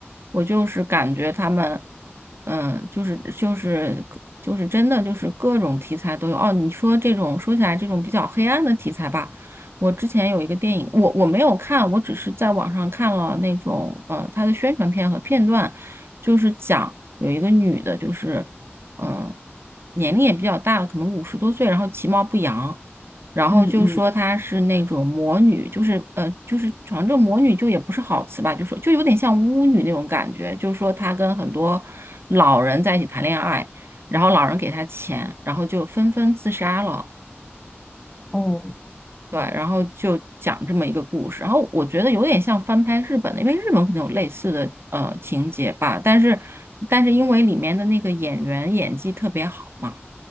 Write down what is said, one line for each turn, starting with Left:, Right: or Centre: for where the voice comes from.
Right: 我就是感觉他们，嗯，就是就是就是真的就是各种题材都有。哦，你说这种说起来这种比较黑暗的题材吧。我之前有一个电影，我我没有看，我只是在网上看了那种呃它的宣传片和片段。就是讲有一个女的，就是嗯，年龄也比较大了，可能五十多岁，然后其貌不扬，然后就说她是那种魔女，
Centre: 嗯嗯，
Right: 就是呃就是反正这魔女就也不是好词吧，就说就有点像巫女那种感觉，就是说她跟很多老人在一起谈恋爱，然后老人给她钱，然后就纷纷自杀了。
Centre: 哦，
Right: 对，然后就讲这么一个故事，然后我觉得有点像翻拍日本的，因为日本可能有类似的呃情节吧，但是但是因为里面的那个演员演技特别好嘛，